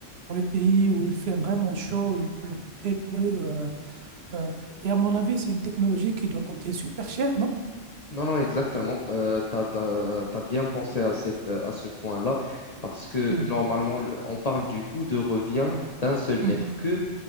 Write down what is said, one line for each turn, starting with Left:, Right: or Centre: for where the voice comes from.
Right: pour les pays où il fait vraiment chaud, il pleut très peu. euh, euh, et à mon avis, c'est une technologie qui doit coûter super cher, non?
Left: Non, non, exactement. Euh, tu as, bien pensé à cette, euh, à ce point-là parce que
Right: Mhm,
Left: normalement, le- on parle du coût de revient d'un seul mètre
Right: mhm,
Left: cube